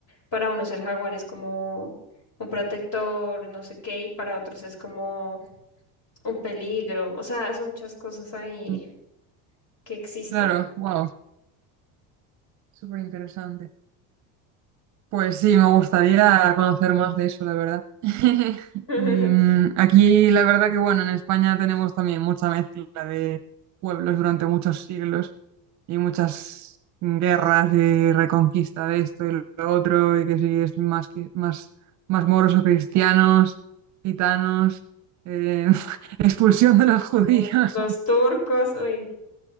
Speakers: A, on the left (about 50°); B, on the right (about 40°).
A: Para unos el jaguar es como un protector, no sé qué, y para otros es como un peligro. O sea, son muchas cosas ahí
B: Ujú.
A: que existen.
B: Claro, wow, súper interesante. Pues sí, me gustaría conocer más de eso, la verdad. <laughs>
A: <laughs>
B: Y mm, aquí la verdad que bueno, en España tenemos también mucha mezcla de pueblos durante muchos siglos y muchas guerras y reconquista de esto y lo otro, y que si es más, qui- más, más moros o cristianos, gitanos, eh, <laughs> expulsión de los judíos,
A: Como Los
B: <laughs>
A: turcos, uy,